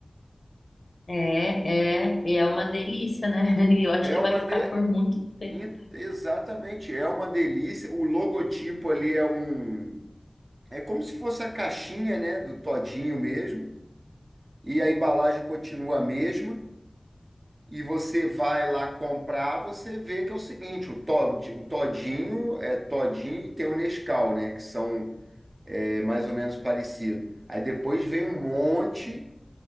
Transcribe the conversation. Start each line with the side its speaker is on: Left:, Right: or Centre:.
Left: é, é, e é uma delícia, né? <laughs> E eu acho
Right: É
Left: que
Right: uma
Left: vai ficar
Right: de...
Left: por muito tempo.
Right: in- Exatamente, é uma delícia. O logotipo ali é um... É como se fosse a caixinha, né, do Todinho mesmo. E a embalagem continua a mesma. e você vai lá comprar, você vê que é o seguinte, o Tod- o Todinho é Todinho e tem o Nescau, né, que são é, mais ou menos parecidos. Aí depois vem um monte